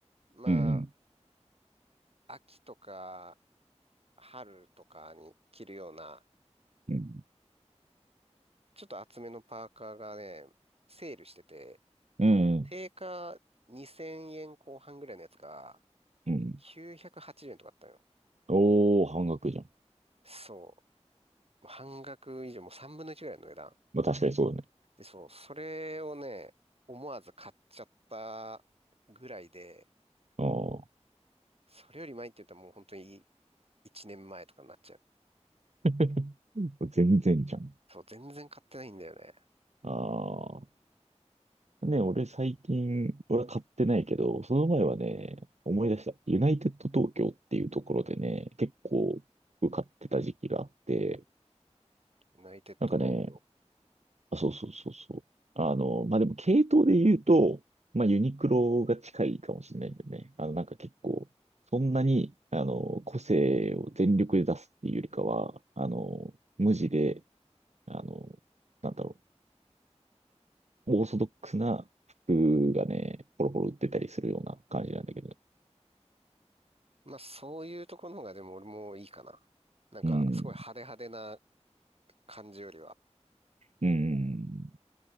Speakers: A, on the right; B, on the right.
A: ま
B: い。うん、
A: あ、秋とか、春とかに着るような、
B: うん、
A: ちょっと厚めのパーカーがね、セールしてて、
B: うん、
A: 定価2000円後半ぐらいのやつが、
B: うん、うん。
A: 980円とかあったよ。
B: おー、半額じゃん。
A: そう。もう半額以上、もう3分の1ぐらいの値段。
B: まあ確かにそうだね。
A: で、そう、それをね、思わず買っちゃったぐらいで、
B: ああ、
A: それより前って言ったらもう本当に1年前とかになっちゃう。
B: <laughs> 全然じゃん。
A: そう、全然買ってないんだよね。
B: ああ。ね、俺最近、俺は買ってないけど、その前はね、思い出した。ユナイテッド東京っていうところでね、結構服買ってた時期があって、
A: ユナイテッド東京。
B: なんかね、あ、そうそうそうそう。あの、まあ、でも系統で言うと、まあ、ユニクロが近いかもしれないんだよね。あの、なんか結構、そんなに、あの、個性を全力で出すっていうよりかは、あの、無地で、あの、なんだろう。オーソドックスな服がね、ポロポロ売ってたりするような感じなんだけど。
A: まあ、そういうところの方がでも俺もいいかな。なんか、
B: うん。
A: すごい派手派手な感じよりは。
B: うん。